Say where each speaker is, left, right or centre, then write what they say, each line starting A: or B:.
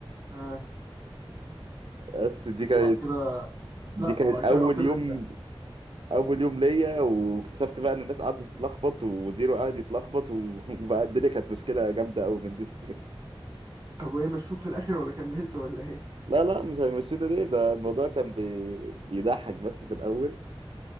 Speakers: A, on the right; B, on the right.
A: اه
B: <laughs> بس دي كانت
A: وبعد كده
B: دي
A: لا
B: كانت
A: وبعد كده
B: اول
A: قلت له
B: يوم
A: ايه يعني
B: اول يوم ليا واكتشفت بقى ان الناس قعدت تتلخبط وزيرو قعد يتلخبط و- <laughs> وبقى الدنيا كانت مشكله جامده قوي بالنسبه لي
A: طب وايه مشوك في الاخر ولا كملت ولا ايه
B: <laughs> لا لا مش هيمشينا ليه ده الموضوع كان بي... بيضحك بس في الاول